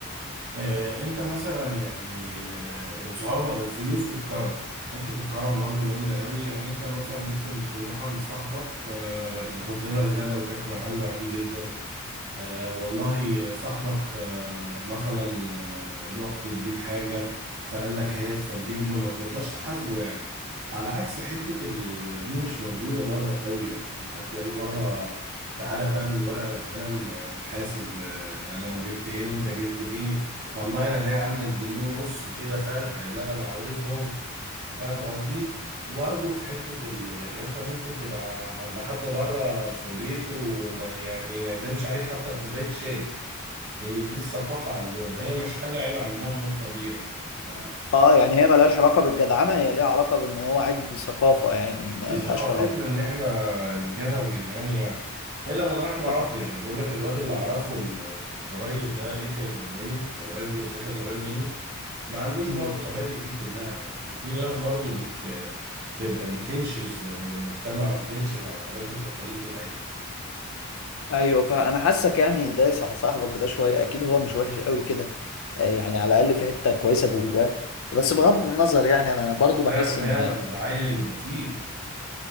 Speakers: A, on the right; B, on the left.
A: آه انت مثلا يعني آه، الصعاب- الفلوس والكرم حتة الكرم برضو جامدة قوي يعني انت مثلا ممكن تروح عند صاحبك آه يحط لك غدا وتاكل عنده عادي جدا آه والله صاحبك آه مثلا آه رحت تجيب حاجة فقال لك هات فتجيب له ما ترضاش تحاسبه يعني على عكس حتة ال... دي مش موجودة بره قوي يعني انت تلاقي بره تعالى بقى بالورقة والقلم آه، نتحاسب آه انا جبت ايه وانت جبت ايه والله انا ليه عندك جنيه ونص كده فرق لا انا عاوزهم فاهم قصدي وبرضه في حتة ال... يعني انت ممكن تبقى عند حد بره في بيته وما يعني ما يعزمش عليك حتى بكوباية شاي ان دي الثقافة عندهم هي مش حاجة عيب عندهم ده الطبيعي يعني ف...
B: اه يعني هي ملهاش علاقة بالجدعنة هي ليها علاقة بان هو عادي دي ثقافة يعني ملهاش
A: دي ثقافتنا
B: علاقة
A: ان احنا رجاله وجدعان يعني الا من رحم ربي
B: اه
A: يعني بقول لك الواد اللي اعرفه ال- اللي قريب ده ايتم مني قريب من ساكن قريب مني ما عندوش
B: امم
A: برضه مبادئ دي كلها يعني في ناس برضه بت تبقى بتنشز من المجتمع وبتنشز عن العادات والتقاليد بتاعتهم
B: ايوه فانا حاسك يعني دايس على صاحبك ده شوية اكيد هو مش وحش قوي كده آه، يعني على الاقل في حتة كويسة جواه بس بغض النظر يعني انا برضو بحس
A: لا بتهيألك
B: ان
A: ده عيل بطيء